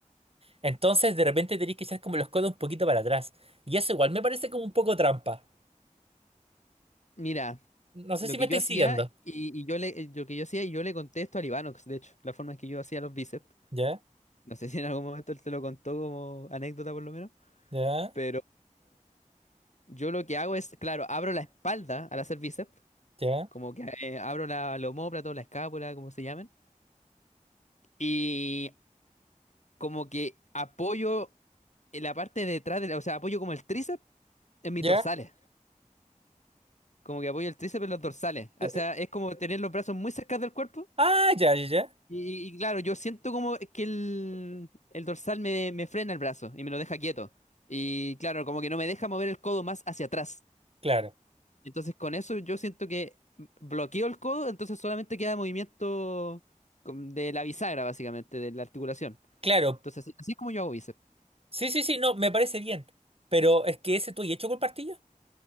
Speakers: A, on the right (about 45°); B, on the left (about 60°).
A: Entonces de repente tenéis que echar como los codos un poquito para atrás. Y eso igual me parece como un poco trampa.
B: mira,
A: No sé
B: lo
A: si
B: que
A: me estáis
B: yo hacía
A: siguiendo.
B: y, y yo le, eh, lo que yo hacía y yo le contesto a Libanox, de hecho, la forma en que yo hacía los bíceps.
A: Ya,
B: No sé si en algún momento él te lo contó como anécdota por lo menos,
A: ya,
B: pero yo lo que hago es, claro, abro la espalda al hacer bíceps
A: ya,
B: Como que eh, abro la, la omóplata o la escápula, como se llamen. Y como que apoyo en la parte de atrás, de la- o sea, apoyo como el tríceps en mis
A: ya.
B: dorsales. Como que apoyo el tríceps en los dorsales.
A: eh,
B: O sea,
A: eh.
B: es como tener los brazos muy cerca del cuerpo.
A: Ah, ya, ya, ya.
B: Y, y claro, yo siento como que el, el dorsal me, me frena el brazo y me lo deja quieto. Y claro, como que no me deja mover el codo más hacia atrás.
A: Claro,
B: Entonces con eso yo siento que bloqueo el codo, entonces solamente queda movimiento con- de la bisagra, básicamente, de la articulación.
A: claro.
B: Entonces así, así es como yo hago bíceps.
A: Sí, sí, sí, no, me parece bien. Pero es que ese tú y hecho con partillo.